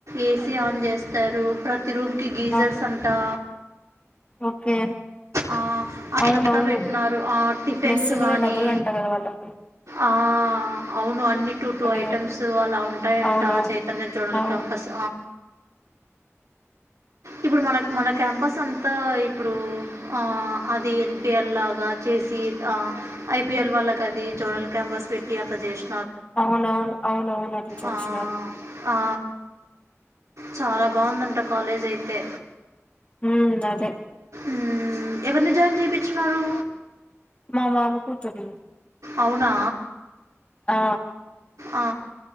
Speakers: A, on the right; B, on the left.
A: ఏసీ ఆన్ చేస్తారు ప్రతి తి రూమ్కి గీజర్స్
B: ఆ
A: అంటా
B: ఓకే
A: ఆ అట్లంతా
B: అవునవును
A: పెట్టినన్నారు ఆ టిఫిన్స్
B: మెస్ కూడా
A: గానీ
B: డబ్బులు అంట కదా వాళ్ళకి
A: ఆ అవును అన్ని టూ టూ
B: అదే
A: ఐటమ్స్
B: అదే
A: అలా ఉంట ఎంట
B: అవునవును
A: చైతన్య జోనల్
B: ఆ
A: క్యాంపస్ ఇప్పుడు మన మన క్యాంపస్ అంతా ఇప్పుడు ఆ అది ఎన్పిఎల్ లాగా చేసి ఆ ఐపీఎల్ వాళ్ళ కా అది జోనల్ క్యాంపస్ పెట్టి అట్లా చేస్
B: అవునవును అవునవునుది చూస్నాన్
A: ఆ, ఆ చాలా బాగుందంట కాలేజ్ అయితే
B: ఉమ్ అదే
A: మ్ ఎవరిని జాయిన్ చేపించినారు
B: మా మామ కూతురిని
A: అవునా
B: ఆ
A: ఆ